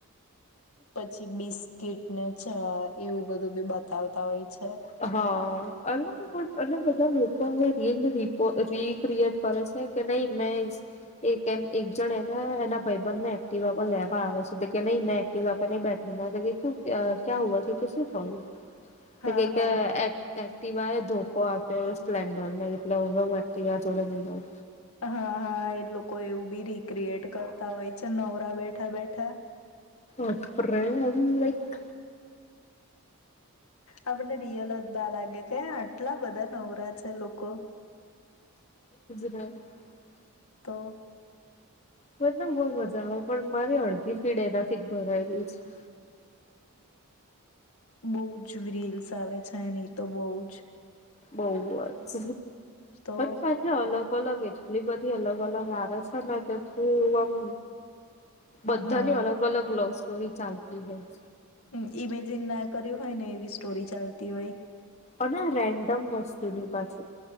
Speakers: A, on the left; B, on the left.
A: પછી બિસ્કીિટ ને છે આ એવું બધું બી બતાવતા હોય છે.
B: હા અ અલા બધા લોકો હવે રિલ રીકરીએટ કરે છે કે નહી મે એક જન એને એના ભાઈબંધ એક્ટીવા લેવા આવે છે નહી મે એક્ટીવા પે નહી બેઠુંગા ક્યાં હું વા છે કે શું થયું.
A: હા
B: તો કે કે
A: હા
B: અ એક્ટિવા એ ધોકો આપ્યો સ્પ્લેન્ડર ને એટલે હવે હું એક્ટીવા જોડે નય રવ.
A: હા હા એ લોકો એવું બી રીક્રિએટ કરતા હોય છે નવરા બેઠ બેઠા બેઠા
B: અપરે એમ લાયક
A: આપણને રિયલ જ ના લાગે કે આટલા બધા નવરા છે લોકો
B: <inaudible>
A: તો.
B: મને તો બો મજા આવે, પણ મારી અડધી ફીડ એનાથી જ ભરાયલી છે.
A: બો જ રીલ્સ આવે છે, એની તો બો જ
B: બોવ જ <unintelligible>
A: તો
B: સાથે અલગ અલગ એટલી બધી અલગ-અલગ આવે છે ને કે તું આમ બધાની
A: હા
B: અલગ-અલગ ગ્લવસ તો ઈ ચાલતી હોઈ
A: હમ્મ, ઈમેજિન ના કર્યું હોય ને, એવી સ્ટોરી ચાલતી હોય.
B: અને રેન્ડમ વસ્તુની પાસે.